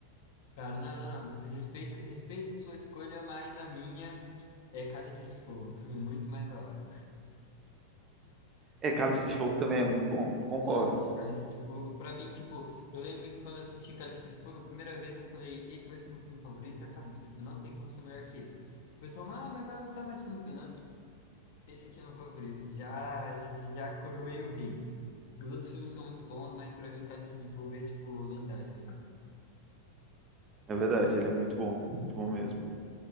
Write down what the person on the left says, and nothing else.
Cara, não, não, não. respeita, respeita a sua escolha, mas a minha é Cálice de Fogo, um filme muito mais da hora.
Mano, Cálice de Fogo, pra mim, tipo, eu lembro que quando eu assisti Cálice de Fogo a primeira vez, eu falei, esse vai ser meu filme favorito e acabou. Tipo, não tem como ser melhor que esse. O pessoal, ah, mas vai lançar mais filme. Eu falei, não, esse aqui é meu favorito, já, já coroei o rei. Os outros filmes são muito bons, mas pra mim Cálice de Fogo é tipo lendário assim.